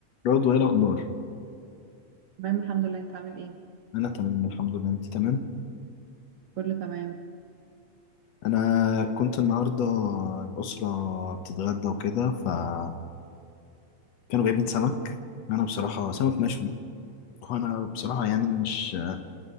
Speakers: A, on the left; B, on the right.
A: برضو ايه الاخبار
B: تمام الحمد لله انت عامل ايه
A: انا تمام الحمد لله انت تمام
B: كله تمام
A: انا كنت النهارده الاسره بتتغدى وكده فكانوا جايبين سمك انا بصراحه سمك مشوي وانا بصراحه يعني مش